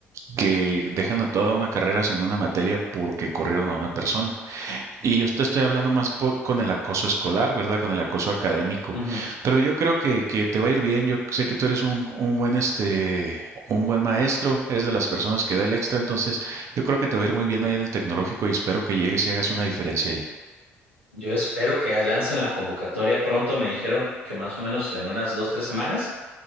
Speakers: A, on the right; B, on the left.
A: que dejan a toda una carrera sin una materia porque corrieron a una persona. Y yo te estoy hablando más po- con el acoso escolar, ¿verdad? Con el acoso académico.
B: Ujú.
A: Pero yo creo que, que te va a ir bien. Yo sé que tú eres un, un buen, este, un buen maestro, eres de las personas que da el extra, entonces yo creo que te va a ir muy bien ahí en el tecnológico y espero que llegues y hagas una diferencia ahí.
B: Yo espero que lancen la convocatoria pronto. Me dijeron que más o menos en unas dos, tres semanas